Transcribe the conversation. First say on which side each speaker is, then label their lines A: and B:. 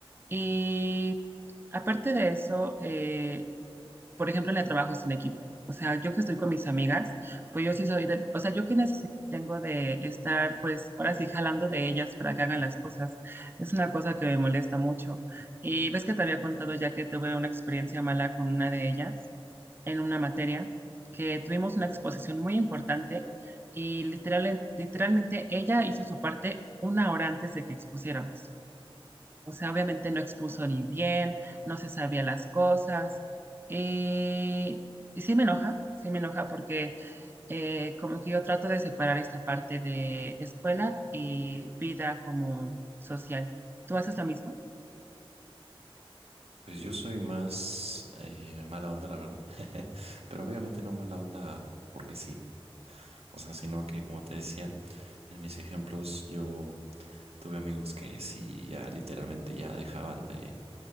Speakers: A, on the right; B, on the right.
A: Y aparte de eso, eh, por ejemplo, en el trabajo es un equipo. O sea, yo que estoy con mis amigas, pues yo sí soy del, o sea, yo qué necesidad tengo de estar, pues, ahora sí jalando de ellas para que hagan las cosas. Es una cosa que me molesta mucho. Y ves que te había contado ya que tuve una experiencia mala con una de ellas en una materia, que tuvimos una exposición muy importante y literal, literalmente ella hizo su parte una hora antes de que expusiéramos. O sea, obviamente no expuso ni bien, no se sabía las cosas. Y, y sí me enoja, sí me enoja porque eh, como que yo trato de separar esta parte de escuela y vida como social. ¿Tú haces lo mismo?
B: Pues yo soy más eh, mala onda, la verdad. <laughs> Pero obviamente no mala onda porque sí. O sea, sino que, como te decía, en mis ejemplos yo tuve amigos que sí ya literalmente ya dejaban de,